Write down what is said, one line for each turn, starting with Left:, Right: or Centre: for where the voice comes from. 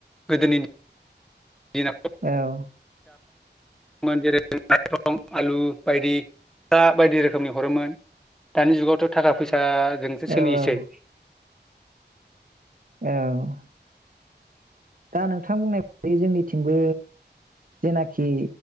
Centre: गोदोनि दिनाव
Right: औ
Centre: जेरै माइरं आलु बायदि फा बायदि रोखोमनि हरोमोन दानि जुगावथ' थाखा फैसा जोंसो सोलिसै
Right: औ औ औ दा नोंथां बुंनाय बदि जोंनिथिंबो जेनाखि